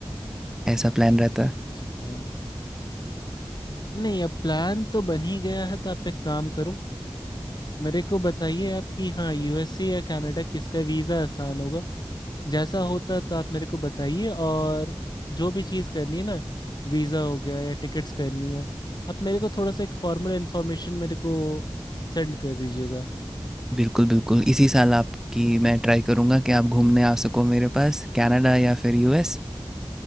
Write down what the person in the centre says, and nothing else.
ऐसा प्लान रहता है
बिल्कुल बिल्कुल इसी साल आपकी मैं ट्राई करूँगा कि आप घूमने आ सको मेरे पास कनाडा या फिर यूएस